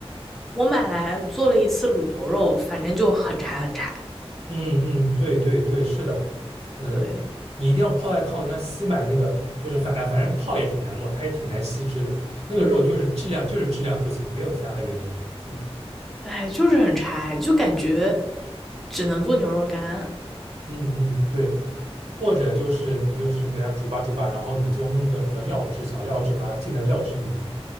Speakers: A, in the centre; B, on the right (about 85°).
A: 我买来做了一次卤牛肉，反正就很柴很柴。
B: 嗯嗯，对对对，是的，嗯，
A: 对，
B: 你一定要泡在汤里，那吸满那个就是反哎反正泡也挺难弄，它也挺难吸汁的，那个肉就是质量就是质量不行，没有其他的原因。嗯。
A: 哎，就是很柴，就感觉只能做牛肉干。
B: 嗯嗯，对，或者就是你就是给它煮吧煮吧，然后你就弄个什么料汁，小料汁把它浸在料汁里面。